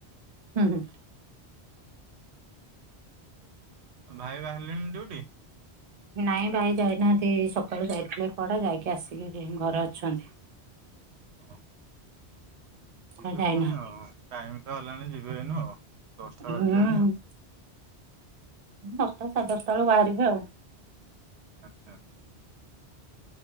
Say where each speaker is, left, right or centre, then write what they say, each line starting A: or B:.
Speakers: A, on the right; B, on the right.
A: ହୁଁ ହୁଁ।
B: ଭାଇ ବାହାରିଲେଣି ଡିଉଟି?
A: ନାଇଁ ଭାଇ ଯାଇନାହାନ୍ତି ସକାଳୁ ଯାଇଥିଲେ କୁଆଡେ ଯାଇକି ଆସିକି ଏଇନୁ ଘରେ ଅଛନ୍ତି।
B: ହଁ
A: କୁଆଡେ
B: ଯିବେ
A: ଯାଇନାହାନ୍ତି
B: ଫୁଣି ଆଉ, ଟାଇମ ତ ହେଲାଣି ଯିବେ ଏଇନୁ ଆଉ, ଦଶଟା
A: ହୁଁ
B: ବାଜିଲାଣି ଆଉ।
A: ଦଶଟା, ସାଢ଼େ ଦଶଟା ବେଳୁକୁ ବାହାରିବେ ଆଉ।
B: ଆଚ୍ଛା।